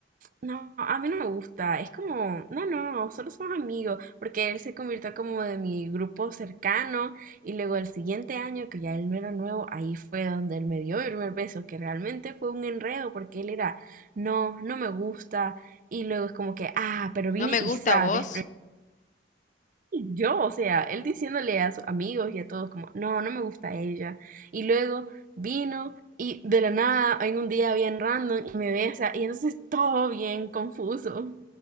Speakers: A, on the right; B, on the left.
A: No, a mí no me gusta. Es como, no, no, solo somos amigos, porque él se convirtió como de mi grupo cercano y luego el siguiente año, que ya él no era nuevo, ahí fue donde él me dio el primer beso, que realmente fue un enredo porque él era, no, no me gusta y luego es como que, ah, pero vine
B: No me
A: y
B: gusta
A: sa,
B: vos,
A: desprevenida yo, o sea, él diciéndole a sus amigos y a todos como, no, no me gusta ella y luego vino. Y de la nada, en un día bien random, y me besa, y entonces todo bien confuso.